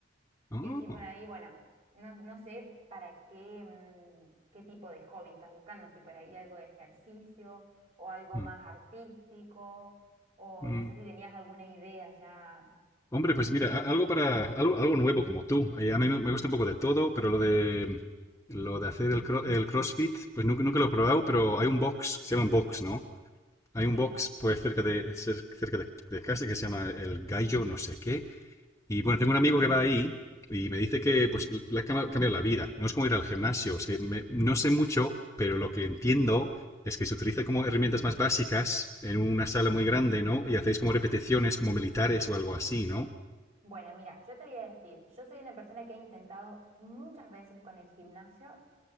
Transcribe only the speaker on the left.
Oh,
mm,
mm.
Hombre, pues mira, a- algo para algo, algo nuevo como tú. Eh, a mí me me gusta un poco de todo, pero lo de lo de hacer el, cro- el CrossFit, pues nunca, nunca lo he probado, pero hay un box, se llama un box, ¿no? Hay un
box pues cerca de cer- cerca de, de casa que se llama el Gallo no sé qué. Y bueno, tengo un amigo que va ahí y me dice que pues le ha cam- cambiado la vida. No es como ir al gimnasio, es que me- no sé mucho, pero lo que entiendo es que se utiliza como herramientas más básicas en una sala muy grande, ¿no? Y hacéis como repeticiones como militares o algo así, ¿no?